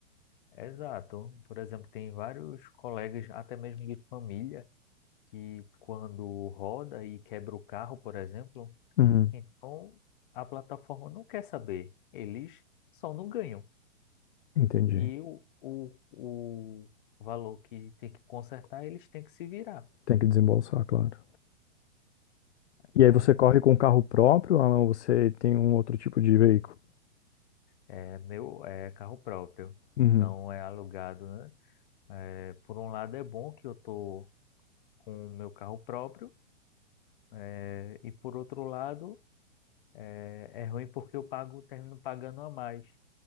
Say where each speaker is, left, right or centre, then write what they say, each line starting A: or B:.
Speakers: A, on the left; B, on the left.
A: Exato. Por exemplo, tem vários colegas, até mesmo de família, que quando roda e quebra o carro, por exemplo
B: Uhum.
A: Então, a plataforma não quer saber, eles só não ganham.
B: Entendi.
A: E o, o, o valor que tem que consertar, eles têm que se virar.
B: Tem que desembolsar, claro. E
A: Então,
B: aí você corre com um carro próprio ou não, você tem um outro tipo de veículo?
A: é meu, é carro próprio,
B: Uhum.
A: não é alugado, né? É, por um lado é bom que eu tô com o meu carro próprio, é, e por outro lado é, é ruim porque eu pago, termino pagando a mais